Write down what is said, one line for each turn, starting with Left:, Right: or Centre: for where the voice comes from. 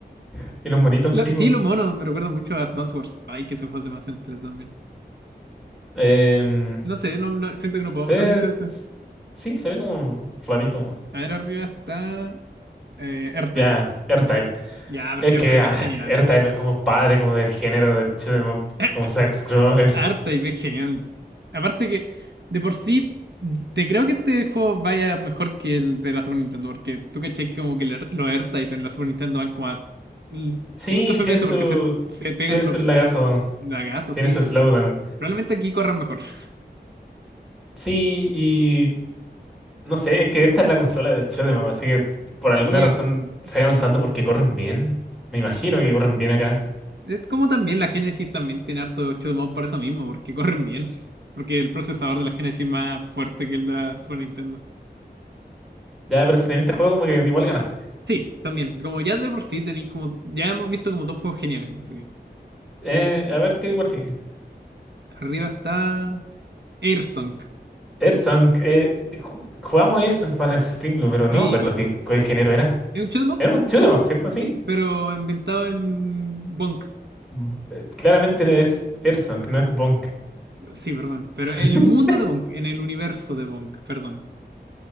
Centre: <laughs> y los monitos
Right: Lo-
Centre: chicos.
Right: sí, lo mono, me recuerda mucho a Advance Wars. Ay, que esos juegos demasiado entretenidos también.
Centre: Em,
Right: No sé, no, no- siento que no puedo
Centre: se,
Right: hablar mucho de esto.
Centre: s- sí, se ve como rarito.
Right: A ver, arriba está eh, R-Type.
Centre: Ya, AirType.
Right: Ya, pero
Centre: Es
Right: es que
Centre: que
Right: R-Type
Centre: ah,
Right: es genial.
Centre: R-Type es como padre, como del género de shoot 'em up,
Right: <laughs>
Centre: como side-scroller. <laughs>
Right: harta y ves genial. Aparte que, de por sí, te creo que este juego vaya mejor que el de la Super Nintendo, porque tú caché que como que el Air- los AirType en la Super Nintendo van como a l-
Centre: Sí,
Right: 5 FPS
Centre: tiene su,
Right: porque se, se pegan
Centre: tiene su
Right: los
Centre: lagazo,
Right: lagazos,
Centre: tiene
Right: sí.
Centre: su slowdown.
Right: Probablemente aquí corran mejor. <laughs>
Centre: Sí, y no sé, es que esta es la consola del shoot 'em up, así que por alguna
Right: Sí, yo-
Centre: razón se
Right: sí.
Centre: ganaron tanto porque corren bien. Me imagino que corren bien acá.
Right: Es como también la Genesis también tiene harto shoot'em up por eso mismo, porque corren bien. <laughs> Porque el procesador de la Genesis es más fuerte que el de la Super Nintendo.
Centre: Ya, pero si tenés este juego, como que igual ganaste.
Right: Sí, también. Como ya de por sí tenéis como. Ya hemos visto como dos juegos geniales. sí.
Centre: Eh, a ver qué igual sigue.
Right: Arriba está Airsong.
Centre: Earthsong, eh, ju- jugamos Earthsong para la Extreme Blue, pero no
Right: Sí,
Centre: me acuerdo
Right: igual-
Centre: qué, qué género era.
Right: es un shoot'em up,
Centre: Era un shoot 'em up, ¿cierto? Sí.
Right: sí, pero inventado en Bonk.
Centre: Mm, eh, Claramente es Erson, que no es Bonk.
Right: Sí, perdón. Pero
Centre: <laughs>
Right: en el mundo de Bonk, en el universo de Bonk, perdón.